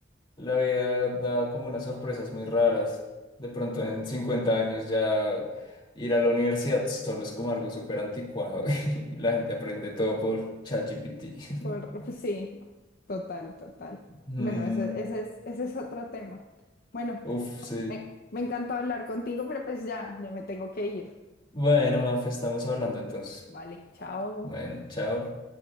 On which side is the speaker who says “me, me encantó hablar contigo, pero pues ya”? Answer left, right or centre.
Left